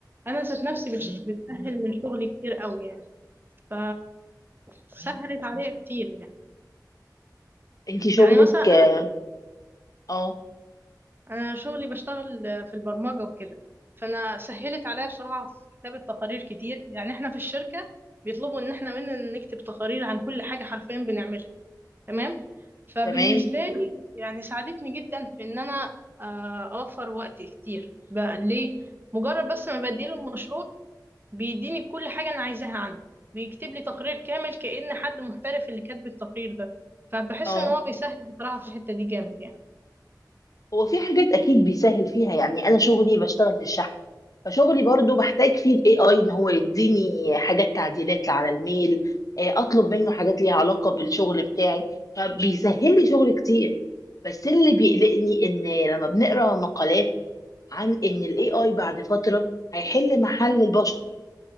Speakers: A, on the right; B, on the left.
A: انا ذات نفسي بتش- بتسهل من شغلي كتير قوي يعني ف سهلت عليا كتير يعني
B: انتي شغلك
A: يعني مثلا
B: اه
A: انا
B: آه.
A: انا شغلي بشتغل في البرمجه وكده فانا سهلت عليا بصراحه في كتابه تقارير كتير يعني احنا في الشركه بيطلبوا ان احنا مننا نكتب تقارير عن كل حاجه حرفيا بنعملها تمام فبالنسبه
B: تمام
A: لي يعني ساعدتني جدا في ان انا آه، اوفر وقت كتير بقى ليه مجرد بس ما بديله المشروع بيديني كل حاجه انا عايزاها عنه بيكتب لي تقرير كامل كأن حد محترف اللي كاتب التقرير ده فبحس
B: اه
A: ان هو بيسهل بصراحه في الحته دي جامد يعني
B: هو في حاجات اكيد بيسهل فيها يعني انا شغلي بشتغل في الشحن فشغلي برضو بحتاج فيه الاي اي ان هو يديني حاجات تعديلات على الميل آه، اطلب منه حاجات ليها علاقه بالشغل بتاعي فبيسهل لي شغل كتير بس اللي بيقلقني ان لما بنقرا مقالات عن ان الاي اي بعد فتره هيحل محل البشر